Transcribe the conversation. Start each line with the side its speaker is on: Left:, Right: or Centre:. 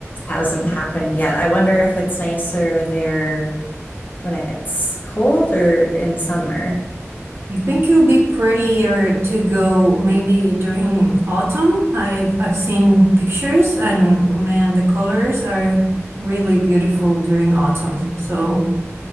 Left: hasn't happened yet. I wonder if it's nicer there when it's cold or in summer?
Right: I think it would be prettier to go maybe during autumn. I've I've seen pictures and man, the colors are really beautiful during autumn. So